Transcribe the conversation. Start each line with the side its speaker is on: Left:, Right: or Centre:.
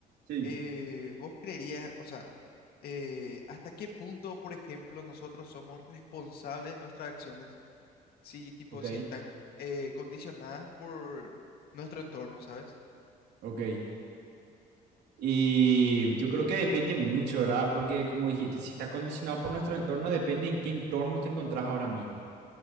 Right: Sí.
Left: Eh, vos creerías, o sea, eh, ¿hasta qué punto, por ejemplo, nosotros somos responsables de nuestras acciones? Si, tipo,
Right: Ok,
Left: si están eh, condicionadas por nuestro entorno, ¿sabes?
Right: ok. Y yo creo que depende mucho, ¿verdad? Porque como dijiste, si está condicionado por nuestro entorno, depende en qué entorno te encontrás ahora mismo.